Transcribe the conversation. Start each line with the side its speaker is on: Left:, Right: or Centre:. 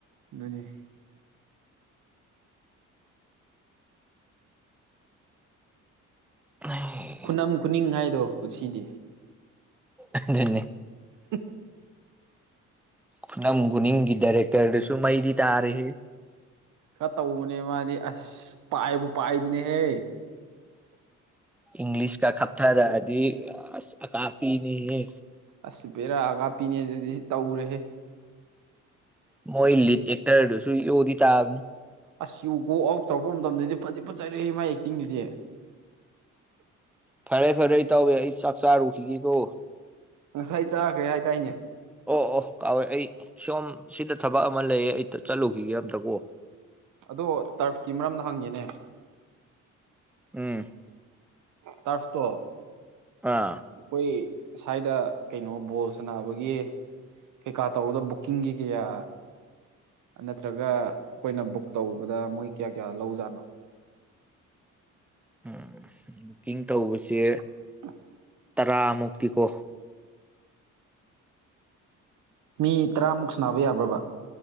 Right: ꯑꯗꯨꯅꯦ
Centre: ꯅꯍꯤ
Right: ꯈꯨꯅꯝ ꯈꯨꯅꯤꯡ ꯍꯥꯏꯗꯣ ꯄꯨꯟꯁꯤꯗꯤ
Centre: ꯑꯗꯨꯅꯤ
Right: <inaudible>
Centre: ꯈꯨꯅꯝ ꯈꯨꯅꯤꯡꯒꯤ ꯗꯥꯏꯔꯦꯛꯇꯔꯗꯨꯁꯨ ꯃꯩꯗꯤ ꯇꯥꯔꯤꯍꯦ
Right: ꯈꯔ ꯇꯧꯕꯅꯦ ꯃꯥꯗꯤ ꯑꯁ ꯄꯥꯏꯕꯨ ꯄꯥꯏꯕꯅꯦꯍꯦ
Centre: ꯏꯪꯂꯤꯁ ꯀ ꯈꯞꯊꯔꯛꯑꯗꯤ ꯑꯁ ꯑꯀꯥꯞꯄꯤꯅꯤꯍꯦ
Right: ꯑꯁ ꯕꯦꯔꯥ ꯑꯀꯥꯞꯄꯤꯅꯦꯍꯦ ꯑꯗꯨꯗꯤ ꯇꯧꯔꯦꯍꯦ
Centre: ꯃꯣꯏ ꯂꯤꯠ ꯑꯦꯛꯇꯔꯗꯨꯁꯨ ꯌꯣꯗꯤ ꯇꯥꯕꯅꯤ
Right: ꯑꯁ ꯌꯨ ꯒꯣ ꯑꯥꯎꯠ ꯇꯧꯔꯛꯄ ꯃꯇꯝꯗꯗꯤ ꯐꯗꯤ ꯐꯠꯖꯔꯦꯍꯦ ꯃꯥꯥꯏ ꯑꯦꯛꯇꯤꯡꯗꯨꯗꯤ
Centre: ꯐꯔꯦ ꯐꯔꯦ ꯏꯇꯥꯎꯕꯤ ꯑꯩ ꯆꯥꯛ ꯆꯥꯔꯨꯈꯤꯒꯦꯀꯣ
Right: ꯉꯁꯥꯏ ꯆꯥꯈ꯭ꯔꯦ ꯍꯥꯏꯗꯥꯏꯅꯦ
Centre: ꯑꯣ ꯑꯣ ꯀꯥꯎꯋꯦ ꯑꯩ ꯁꯣꯝ ꯁꯤꯗ ꯊꯕꯛ ꯑꯃ ꯂꯩꯌꯦ ꯑꯩꯇ ꯆꯠꯂꯨꯈꯤꯒꯦ ꯑꯝꯇ ꯀꯣ
Right: ꯑꯗꯣ ꯇꯔꯐꯀꯤ ꯃꯔꯝꯅ ꯍꯪꯉꯦꯅꯦ
Centre: ꯎꯝ
Right: ꯇ꯭ꯔꯐꯇꯣ
Centre: ꯑꯥ
Right: ꯑꯩꯈꯣꯏ ꯁꯥꯏꯗ ꯀꯩꯅꯣ ꯕꯣꯜ ꯁꯅꯥꯕꯒꯤ ꯀꯩꯀꯥ ꯇꯧꯕꯗꯣ ꯕꯨꯀꯤꯡꯒꯤ ꯀꯌꯥ ꯑꯥ ꯅꯠꯇ꯭ꯔꯒ ꯑꯩꯈꯣꯏꯅ ꯕꯨꯛ ꯇꯧꯕꯗ ꯃꯣꯏ ꯀꯌꯥ ꯀꯌꯥ ꯂꯧꯖꯥꯠꯅꯣ
Centre: ꯎꯝ ꯕꯨꯛꯀꯤꯡ ꯇꯧꯕꯁꯦ
Right: <inaudible>
Centre: ꯇꯔꯥꯃꯨꯛꯇꯤ ꯀꯣ
Right: ꯃꯤ ꯇꯔꯥꯃꯨꯛ ꯁꯅꯥꯕ ꯌꯥꯕ꯭ꯔꯕ